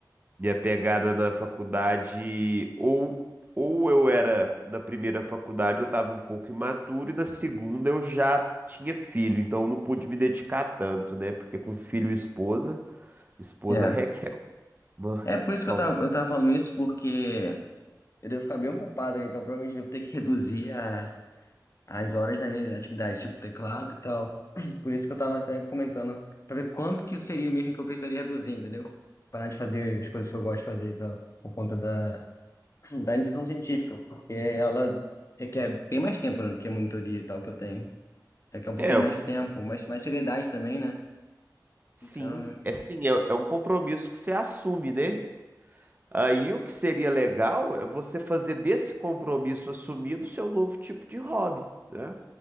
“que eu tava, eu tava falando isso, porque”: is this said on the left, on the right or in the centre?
Left